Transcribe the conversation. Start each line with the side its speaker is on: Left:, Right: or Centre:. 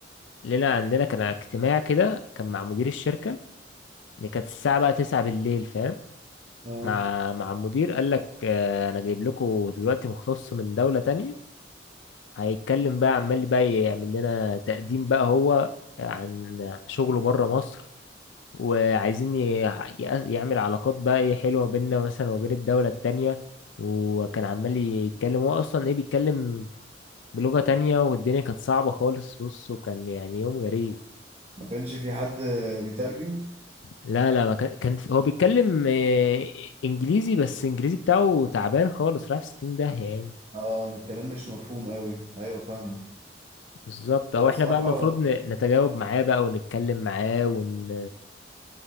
Left: لنا عندنا كان اجتماع كده كان مع مدير الشركة اللي كانت الساعة بقى 9 بالليل فاهم
Right: اه
Left: مع مع المدير قال لك آه، انا جايب لكم دلوقتي مختص من دولة تانية هيتكلم بقى عمال بقى يعمل لنا تقديم بقى هو عن شغله بره مصر وعايزين ي- يأس- يعمل علاقات بقى ايه حلوة بيننا مثلا وبين الدولة التانية وكان عمال يتكلم هو اصلا ايه بيتكلم بلغة تانية والدنيا كانت صعبة خالص بص وكان يعني يوم غريب
Right: ما كانش في حد بيترجم
Left: لا لا ما كان كان في- هو بيتكلم آه، انجليزي بس انجليزي بتاعه تعبان خالص رايح في 60 داهية يعني
Right: اه الكلام مش مفهوم قوي ايوه فاهمك
Left: بالظبط
Right: هو
Left: او
Right: بصراحة
Left: احنا بقى المفروض ن- نتجاوب معاه بقى ونتكلم معاه ون...